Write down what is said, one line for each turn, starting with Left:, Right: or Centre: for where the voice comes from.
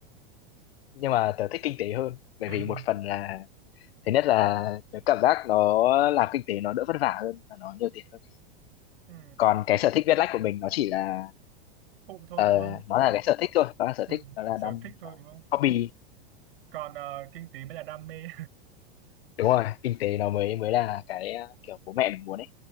Left: nhưng mà tớ thích kinh tế hơn bởi
Right: <laughs>
Left: vì một phần là thứ nhất là tớ cảm giác nó làm kinh tế nó đỡ vất vả hơn và nó nhiều tiền hơn
Right: ừ.
Left: còn cái sở thích viết lách của mình nó chỉ là
Right: phụ thôi
Left: ờ,
Right: đúng không
Left: nó là cái sở thích thôi nó là sở
Right: ừ.
Left: thích nó là
Right: sở
Left: đam
Right: thích thôi đúng không
Left: hobby
Right: còn ờ, kinh tế mới là đam mê
Left: đúng rồi kinh tế nó mới mới là cái ờ, kiểu bố mẹ mình muốn ấy